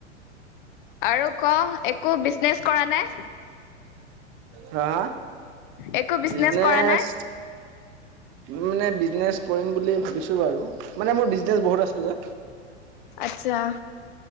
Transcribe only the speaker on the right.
হা?
বিজনেছ
উ মানে বিজনেচ কৰিম বুলি ভাবিছো বাৰু, মানে মোৰ বিজনেচ বহুত আছে যে।